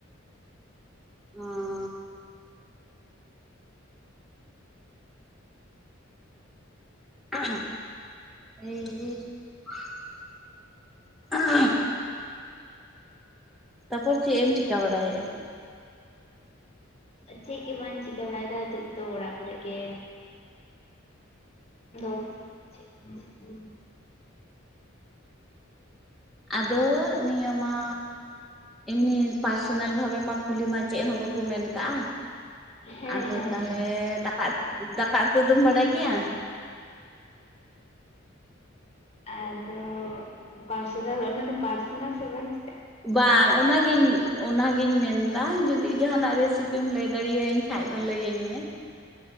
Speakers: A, in the centre; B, on the left (about 30°).
A: ᱚ ᱪᱮᱫ ᱦᱚᱸ ᱵᱟᱝ ᱟᱸᱡᱚᱢᱚᱜ ᱴᱷᱤᱠᱟᱹᱜ ᱠᱟᱱᱟ ᱛᱟᱯᱚᱨ ᱪᱮᱫ ᱮᱢ ᱪᱤᱠᱠᱟ ᱵᱟᱲᱟᱭᱮᱫᱼᱟ ᱾
B: ᱪᱮᱫ ᱜᱮ ᱵᱟᱹᱧ ᱪᱤᱠᱟᱹ ᱵᱟᱲᱟᱭᱮᱫᱟ ᱱᱤᱛᱚᱜ ᱫᱚ ᱚᱲᱟᱜ ᱠᱚᱨᱮᱜ ᱜᱮ, ᱫᱚ ᱦᱩᱸ
A: ᱟᱫᱚ ᱱᱤᱭᱟᱹ ᱢᱟ ᱮᱢᱱᱤ ᱯᱟᱨᱥᱚᱱᱟᱞ ᱵᱷᱟᱵᱮ ᱢᱟ, ᱠᱩᱞᱤ ᱢᱟ ᱪᱮᱫ ᱦᱚᱸ ᱵᱟᱠᱚ ᱢᱮᱱ ᱠᱟᱜᱼᱟ
B: ᱦᱮᱸ
A: ᱟᱫᱚ
B: ᱦᱮᱸ
A: ᱛᱟᱦᱚᱞᱮ
B: ᱦᱮᱸ
A: ᱫᱟᱠᱟ, ᱩᱛᱩ ᱫᱟᱠᱟ ᱩᱛᱩ ᱫᱚᱢ ᱵᱟᱲᱟᱭ ᱜᱮᱭᱟ?
B: ᱟᱫᱚ ᱯᱟᱨᱥᱚᱱᱟᱞ ᱚᱱᱟ ᱫᱚ ᱯᱟᱨᱥᱚᱱᱟᱞ ᱥᱮᱫ ᱵᱟᱝ ᱪ
A: ᱵᱟᱝ ᱚᱱᱟᱜᱤᱧ-ᱚᱱᱟᱜᱤᱧ ᱢᱮᱱᱫᱟ ᱡᱩᱫᱤ ᱡᱟᱦᱟᱱᱟᱜ ᱨᱮᱥᱤᱯᱤᱢ ᱞᱟᱹᱭ ᱫᱟᱲᱮᱭᱟᱹᱧ ᱵᱟᱠᱷᱟᱡ ᱫᱚ ᱞᱟᱹᱭᱟᱹᱧ ᱢᱮ